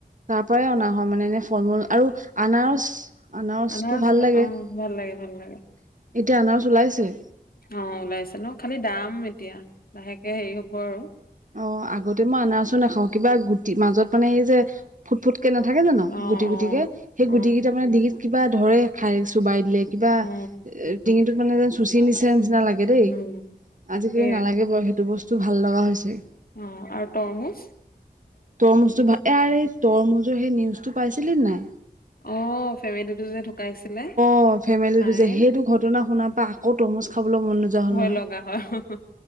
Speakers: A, on the right; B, on the left.
A: তাৰ পৰাই অনা হয় মানে এনে ফল- মূল আৰু আনাৰস আনাৰসটো
B: আনাৰস
A: ভাল
B: বা
A: লাগে
B: অ
A: এতিয়া
B: ভাল লাগে ভাল লাগে
A: আনাৰস ওলাইছে
B: অ ওলাইছে ন খালি দাম এতিয়া লাহেকে হেৰি হব আৰু
A: অ আগতে মই আনাৰস নাখাও, কিবা গুটি- মাজত মানে এই যে ফুট-ফুটকে নাথাকে জানো
B: অ
A: গুটি
B: অ
A: গুটিকে সেই
B: অ
A: গুটিকেইটা মানে ডিঙিত কিবা ধৰে খাই চুবাই দিলে কিবা
B: অ
A: এ ডিঙিটোত মানে চুচি নিচে নিচিনা লাগে দেই
B: উম
A: আজিকালি
B: সেয়াই
A: নালাগে বাৰু সেইটো বস্তু ভাল লগা হৈছে
B: অ, আৰু তৰমুচ?
A: তৰমূচ টো ভাল, আৰে তৰমূচৰ সেই নিউজটো পাইছিলি নে নাই
B: অ ফেমিলিটো যে ঢুকাইছিলে।
A: অ ফেমিলি
B: খাই
A: টো যে, সেইটো ঘটনা শুনাৰ পা আকৌ তৰমুজ খাবলৈ মন নোযোৱা হল
B: ভয়
A: নহয়
B: লগা হয়, হো হো